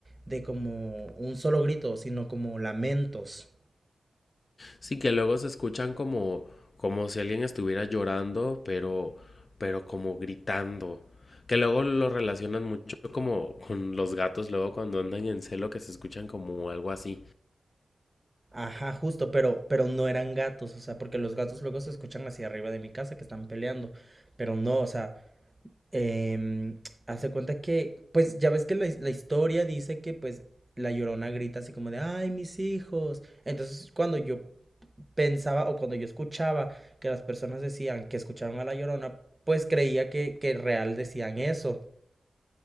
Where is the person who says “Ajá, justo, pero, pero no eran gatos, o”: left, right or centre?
Right